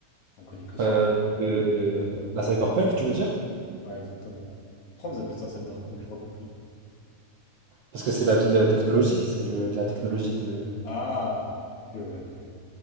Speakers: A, on the left; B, on the right.
A: On connaît que ça.
B: Euh, le, la cyberpunk, tu veux dire?
A: Ouais, exactement. Pourquoi vous appelez ça cyberpunk? J'ai pas compris.
B: Parce que c'est la ville technologique, c'est le, de la technologie de...
A: Ah! Ok, ouais, ok.